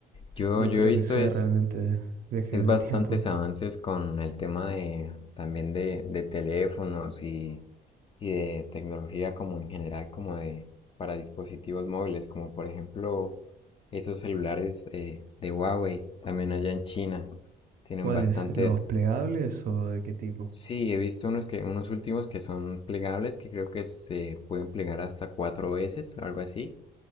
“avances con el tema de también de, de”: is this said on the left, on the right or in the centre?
Left